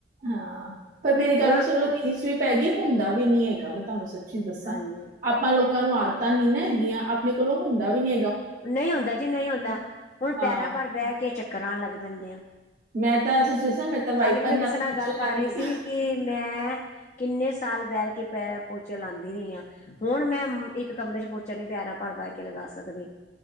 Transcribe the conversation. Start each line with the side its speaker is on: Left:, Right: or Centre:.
Right: ਹਾਂ ਪਰ ਮੇਰੀ ਗੱਲ
Left: ਹੁਣ
Right: ਸੁਣੋ ਰੀਸ ਵੀ ਪੈਗੀ ਹੁੰਦਾ ਵੀ ਨੀ ਹੈਗਾ ਮੈਂ ਤੁਹਾਨੂੰ ਸਚੀ ਚੀ ਦੱਸਾਂ
Left: ਹਾਂਜੀ
Right: ਆਪਾਂ ਲੋਕਾਂ ਨੂੰ ਆਦਤਾਂ ਨੀ ਨਾ ਹੈਗੀਆਂ ਆਪਣੇ ਕੋਲੋਂ ਹੁੰਦਾ ਵੀ ਨੀ
Left: ਨਈ ਹੁੰਦਾ ਜੀ ਨਈ ਹੁੰਦਾ ਹੁਣ
Right: ਅਹ,
Left: ਪੈਰਾਂ ਭਰ ਬੈ ਕੇ ਚੱਕਰ ਆਣ ਲੱਗ ਪੈਂਦੇ ਆ।
Right: ਮੈਂ ਤਾਂ ਸੱਚੀ ਦੱਸਾਂ ਮੈਂ ਤਾਂ ਵਾਈਪਰ
Left: ਕੱਲ ਵੀ ਮੈਂ ਕਿਸੇ
Right: ਪੋਚੇ
Left: ਨਾਲ ਗੱਲ ਕਰ
Right: ਲਾਉਂਦੀ
Left: ਰੀ ਸੀ
Right: ਆ
Left: ਕੀ ਮੈਂ ਕਿੰਨੇ ਸਾਲ ਬੈਠ ਕੇ ਪੈ ਪੋਚਾ ਲਾਂਦੀ ਰਈ ਆ। ਹੁਣ ਮੈਂ ਇੱਕ ਕਮਰੇ ਚ ਪੋਚਾ ਨੀ ਪੈਰਾਂ ਭਰ ਬਹਿ ਕੇ ਲਗਾ ਸਕਦੀ।